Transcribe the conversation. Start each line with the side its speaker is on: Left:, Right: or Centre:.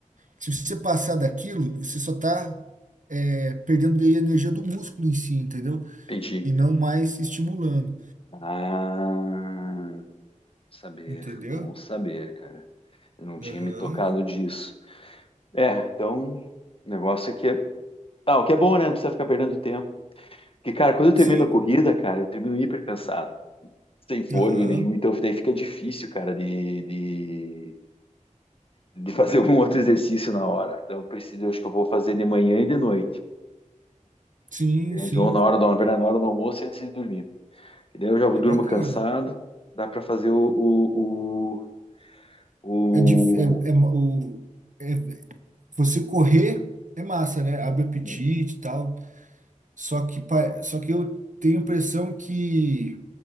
Right: Se você passar daquilo, você só está perdendo daí a energia do músculo em si, entendeu?
Left: Entendi.
Right: E não mais estimulando,
Left: Ah, saber,
Right: entendeu?
Left: bom saber, cara. Eu não tinha
Right: Aham.
Left: me tocado disso. É, então, o negócio aqui é. Ah, o que é bom, né? Não precisa ficar perdendo tempo. Porque, cara, quando eu termino
Right: Sim,
Left: a corrida, cara, eu termino hiper cansado, sem fôlego
Right: aham.
Left: nenhum. Então, daí fica difícil, cara, de, de de fazer algum outro exercício na hora. Então, eu preciso, eu acho que eu vou fazer de manhã e de noite,
Right: Sim,
Left: entende?
Right: sim.
Left: Ou na hora do, na verdade, na hora do almoço e antes de dormir. E daí eu já durmo
Right: É bacana.
Left: cansado, dá para fazer o, o, o,
Right: É, dif- é, é ma- o, é- você correr é massa, né? Abre apetite
Left: o...
Right: e tal. Só que, pa- só que eu tenho a impressão que